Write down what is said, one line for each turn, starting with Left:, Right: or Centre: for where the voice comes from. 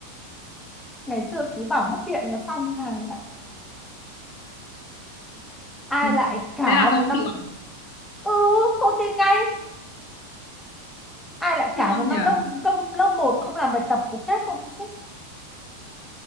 Centre: ngày xưa cứ bảo mất điện là xong hà ai
Left: <laughs>
Centre: lại cả
Left: thế là cô
Centre: một
Left: cũng
Centre: năm
Left: chịu à?
Centre: ừ cô tin ngay ai lại cả
Left: ngon
Centre: một
Left: nhỉ
Centre: năm lông công lông một không làm bài tập có chết không chết